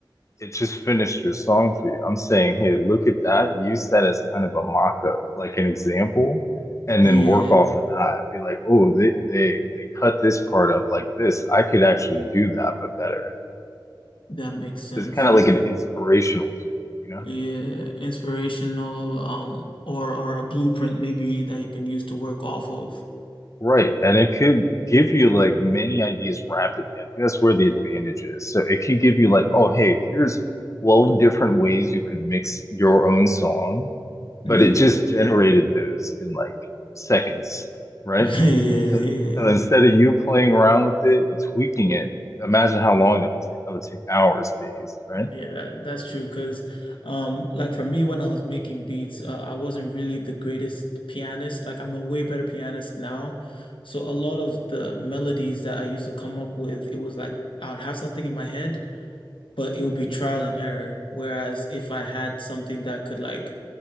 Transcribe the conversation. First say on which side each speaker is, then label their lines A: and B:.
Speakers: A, on the left; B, on the left.
A: it just finished your song for you. I'm saying, hey, look at that. Use that as kind of a mock-up, like an example, and
B: Yeah,
A: then work off of that. Be like, oh, they they they cut this part up like this. I could actually do that, but better.
B: that makes sense.
A: So it's kind
B: Yeah.
A: of like an inspirational tool, you know?
B: Yeah, inspirational um or or a blueprint maybe that you can use to work off of.
A: Right. And it could give you like many ideas rapidly. I think that's where the advantage is. So it could give you like, oh, hey, here's 12 different ways you could mix your own song
B: Yeah.
A: but it just generated
B: <laughs>
A: those in like seconds, right?
B: Yeah, yeah,
A: So,
B: yeah.
A: so instead of you playing around with it, it's tweaking it. Imagine how long that would take. That would take hours, days, right?
B: Yeah, that, that's true. Because, um, like for me, when I was making beats, uh, I wasn't really the greatest pianist. Like I'm a way better pianist now. So a lot of the melodies that I used to come up with, it was like I would have something in my head, but it would be trial and error. Whereas if I had something that could like